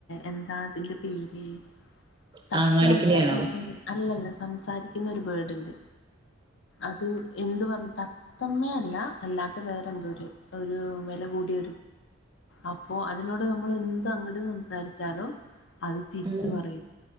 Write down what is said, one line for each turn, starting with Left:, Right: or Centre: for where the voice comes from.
Left: എന്താ അതിന്റെ പേര് തത്യ
Right: ആ, അങ്ങാടിക്കിളിയാണോ
Left: അല്ലാത്ത സം അല്ലല്ല സംസാരിക്കുന്ന ഒരു ബേർഡ് ഉണ്ട് അത് എന്ത് പറ തത്തമ്മേ അല്ല അല്ലാത്ത വേറെ എന്തോ ഒരു വില ക ടൊ അപ്പോൊ അതിനോട് നമ്മൾ എന്ത് അങ്ങോട്ട് സംസാരിച്ചാലും അത് തിരിച്ച
Right: ഉം
Left: പറയും